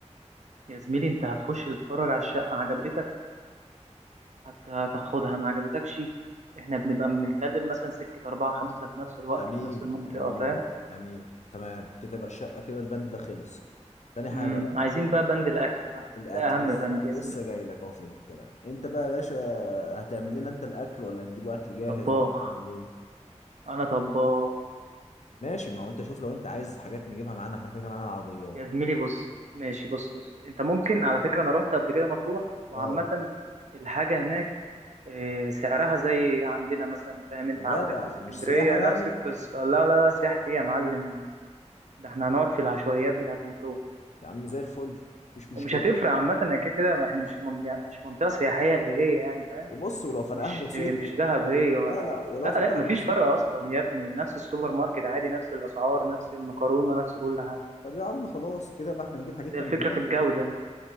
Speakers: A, on the right; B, on the left.
A: يا زميلي انت هتخش تتفرج على الشقه عجبتك هت- هتاخدها ما عجبتكش احنا بنبقى بنتكلم مثلا سكه اربعه خمسه في نفس الوقت
B: امين
A: في نفس المنطقه
B: امين
A: فاهم
B: امين تمام كده بقى الشقه كده البند ده خلص تاني حاجه
A: امم
B: بقى
A: عايزين بقى بند الاكل بقى
B: الاكل
A: ده اهم
B: لسه
A: بند يا
B: لسه
A: زميلي
B: جاي لك اهو في الكلام انت بقى يا باشا هتعمل لنا انت الاكل ولا نجيبه اكل جاهز
A: طباخ
B: ولا نعمل ايه
A: انا طباخ
B: ماشي ما هو انت شوف لو انت عايز حاجات نجيبها معانا احنا كده كده معانا العربيات
A: يا زميلي بص ماشي بص بص انت ممكن على فكره انا رحت قبل كده مطروح وعامه
B: اه
A: الحاجه هناك آه، سعرها زي عندنا مثلا فاهم انت
B: يا
A: عندك
B: جدع
A: في اسكندريه
B: مش سياحه يعني
A: نفس القصه لا لا لا سياحتي ايه يا معلم ده احنا هنقعد في العشوائيات بتاعت مطروح
B: يا عم زي الفل مفيش مشكله
A: ومش هتفرق عامه يعني كده كده احنا مش في من- يعني مش منطقه سياحيه اللي هي يعني فاهم؟
B: وبص ولو فرقها
A: مش
B: بسيط
A: مش دهب هي ولا
B: لا لا ولو
A: لا
B: فرقها
A: لا مفيش
B: بسيط
A: فرق اصلا يا ابني نفس السوبر ماركت عادي نفس الاسعار نفس المكرونه نفس كل حاجه
B: طب يا عم خلاص كده بقى احنا نجيب حاجتنا
A: بس هي الفكره
B: من هناك
A: في الجوده